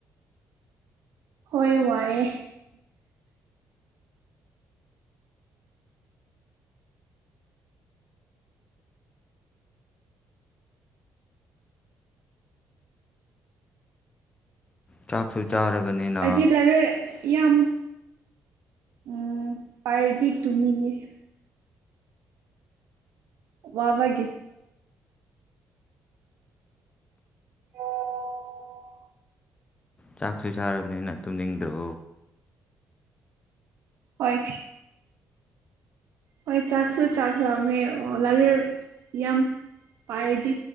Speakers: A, on the right; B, on the left.
A: ꯍꯣꯏ ꯋꯥꯔꯦ
B: ꯆꯥꯛꯁꯨ ꯆꯥꯔꯕꯅꯤꯅ
A: ꯑꯩꯗꯤ ꯂꯥꯏꯔꯤꯛ ꯌꯥꯝ ꯎ ꯄꯥꯏꯔꯗꯤ ꯇꯨꯝꯅꯤꯡꯉ ꯋꯥꯕꯒꯤ ꯑꯣ
B: ꯆꯥꯛꯁꯨ ꯆꯥꯔꯕꯅꯤꯅ ꯇꯨꯝꯅꯤꯡꯗ꯭ꯔꯣ
A: ꯍꯣꯏ ꯍꯣꯏ ꯆꯥꯛꯁꯨ ꯆꯥꯛ ꯂꯥꯛꯑꯃꯦ ꯂꯥꯂꯨꯔ ꯌꯥꯝ ꯄꯥꯥꯏꯗꯤ